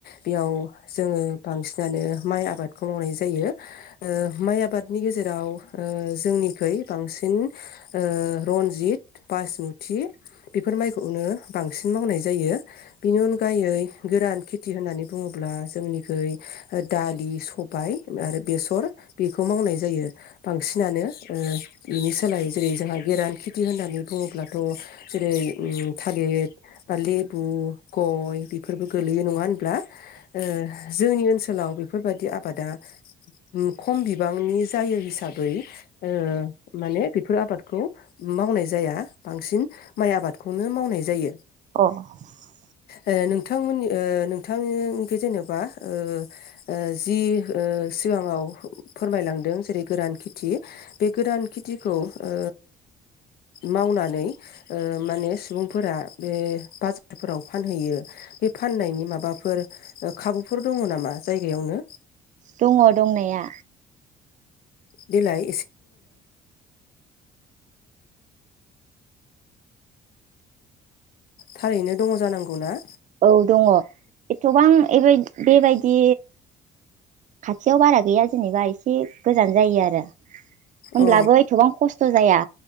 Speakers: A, on the left (about 65°); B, on the right (about 50°).
A: बेयाव जोंङो बांसिनानो माइ आबादखौ मावनाय जायो ओ माइ आबादनि गेजेराव ओ जोंनिखै बांसिन ओ रन्जित बासमुथि बेफोर माइखौनो बांसिन मावनाय जायो बेनि अनग गायै गोरान खेथि होननानै बुंङोब्ला जोंनिखै दालि सबाय आरो बेसर बेखौ मावनाय जायो बांसिनानो ओ बेनि सोलायै जेरै जोंहा गोरान खेथि होननानै बुङोब्लाथ जेरै उम थालिर बा लेबु गय बेफोरबो गोलैयो नङा होनब्ला ओ जोंनि ओनसोलाव बेफोरबायदि आबादा उम खम बिबांनि जायो हिसाबै ओ माने बेफोर आबादखौ मावनाय जाया बांसिन माइ आबादखौनो मावनाय जायो।
B: अ'
A: ओ नोंथांमोननि ओ नोंथांनिखै जेन'बा ओ ओ जि ओ सिगाङाव फोरमायलांदों जेरै गोरान खेथि बे गोरान खेथिखौ ओ मावनानै ओ माने सुबुंफोरा बे बाजार फोराव फानहैयो बे फाननायनि माबाफोर खाबुफोर दङ नामा जायगायावनो?
B: दंङ दंनाया।
A: देलाय थारैनो दङ जानांगौना?
B: औ दङ' एथ'बां एबाय बेबायदि खाथियाव बारा गैया जेनेबा इसे गोजान जायो आरो होनब्लाबो
A: औ अ
B: एथबां खस्थ' जाया।